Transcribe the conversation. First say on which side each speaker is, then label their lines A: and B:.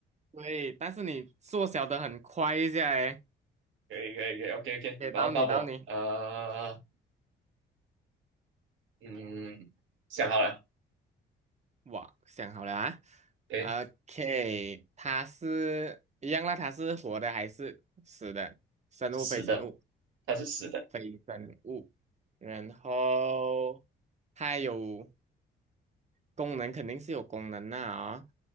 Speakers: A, on the right; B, on the right.
A: 对，但是你缩小的很快一下诶，
B: <laughs> 可以可以可以，OK OK，
A: 给到你，
B: 然后到我呃
A: 到你，
B: 嗯想好了，
A: 哇，想好了啊
B: 对，
A: ，OK，它是一样啦，它是活的还是死的？生物非生物？
B: 死的，它是死的，
A: 非生物，然后它有功能，肯定是有功能的啊、